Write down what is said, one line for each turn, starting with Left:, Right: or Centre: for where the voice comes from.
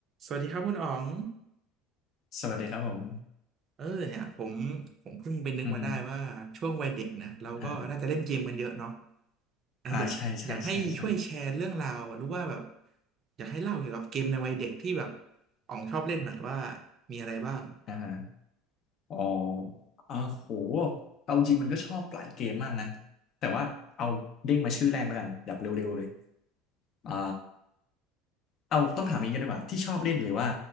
Right: สวัสดีครับคุณอ๋อง
Left: สวัสดีครับผม
Right: เออเนี่ยผมผมเพิ่งไปนึกมาได้ว่าช่วงวัยเด็กนะเราก็น่าจะเล่นเกมกันเยอะเนาะ
Left: อือฮึอ่าอ่า
Right: อ่ะอยากอยากให้ช่วยแชร์เรื่องราวหรือว่าแบบ
Left: อ่าใช่ใช่ใช่ใช่
Right: อยากให้เล่าเกี่ยวกับเกมในวัยเด็กที่แบบอ๋องชอบเล่นหน่อยว่ามีอะไรบ้าง
Left: อ่าฮะอ๋ออ่าโห เอาจริงมันก็ชอบหลายเกมมากนะ แต่ว่าเอาเด้งมาชื่อแรกแล้วกันแบบเร็วๆเลยอ่าเอาต้องถามอย่างนี้กันดีกว่าที่ชอบเล่นหรือว่า